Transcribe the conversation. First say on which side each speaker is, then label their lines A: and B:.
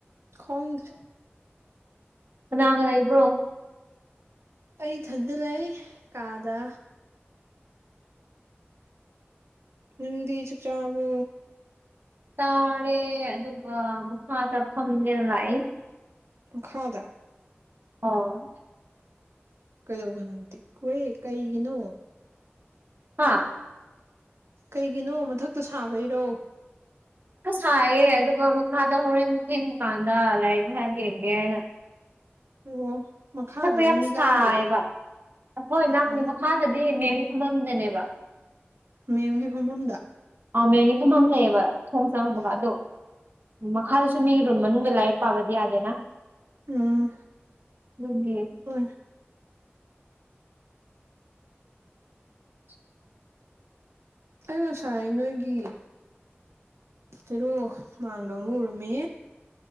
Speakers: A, on the right (about 85°); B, on the right (about 50°).
A: ꯈꯣꯡꯗ
B: ꯀꯅꯥꯒ ꯂꯩꯕ꯭ꯔꯣ
A: ꯑꯩ ꯏꯊꯟꯗ ꯂꯩ ꯀꯥꯗ ꯅꯗꯤ ꯆ ꯆ꯭ꯔꯥꯕꯣ
B: ꯇꯥꯔꯦ ꯑꯗꯨꯒ ꯃꯈ ꯃꯈꯥ ꯇ ꯐꯅꯦꯅ ꯂꯥꯛꯏ
A: ꯈꯥꯗ
B: ꯑꯣ
A: ꯀꯩꯗꯧꯕ ꯅꯪꯗꯦ ꯀꯋꯦ ꯀꯩꯒꯤꯅꯣ
B: ꯍꯥꯥ
A: ꯀꯩꯒꯤꯅꯣ ꯃꯊꯛꯇ ꯁꯥꯕꯩꯔꯣ
B: ꯁꯥꯏꯌꯦ ꯑꯗꯨꯒ ꯃꯈꯥꯗ ꯍꯣꯔꯦꯟ ꯊꯦꯟ ꯗꯨꯀꯥꯟꯗ ꯂꯥꯏꯔꯤꯛ ꯉꯔ ꯌꯦꯡꯒꯦꯅ
A: ꯑꯣ ꯃꯈꯥꯗꯅ
B: ꯁꯛꯄ ꯌꯥꯝ
A: ꯃꯤ
B: ꯁꯥꯏꯌꯦꯕ
A: ꯂꯥꯡꯗꯕ꯭ꯔꯣ
B: ꯑꯩꯈꯣꯏꯖꯥꯡꯁ
A: ꯑꯣ
B: ꯃꯈꯥꯗꯗꯤ ꯃꯦꯝꯒꯤ ꯐꯝꯐꯝꯗꯅꯦꯕ
A: ꯃꯦꯝꯒꯤ ꯍꯣꯡꯐꯝꯝꯗ
B: ꯑꯥꯎ ꯃꯦꯟꯒꯤ ꯐꯨꯝ ꯑꯃ ꯂꯩꯑꯕ ꯊꯣꯡ ꯆꯪꯕꯒ
A: ꯎꯝ
B: ꯑꯗꯣ ꯃꯈꯥꯗꯁꯨ ꯃꯤ ꯔꯨꯝ ꯃꯅꯨꯡꯗ ꯂꯥꯏꯔꯤꯛ ꯄꯥꯕꯗꯤ ꯌꯥꯗꯦꯅ
A: ꯎꯝ
B: ꯍꯧꯦ
A: ꯍꯣꯏ
B: <unintelligible>
A: ꯑꯩꯅ ꯁꯥꯏ ꯅꯣꯏꯒꯤ ꯐꯔꯣ ꯃꯥꯟꯕꯥꯟꯕ ꯑꯃ ꯎꯔꯃꯦ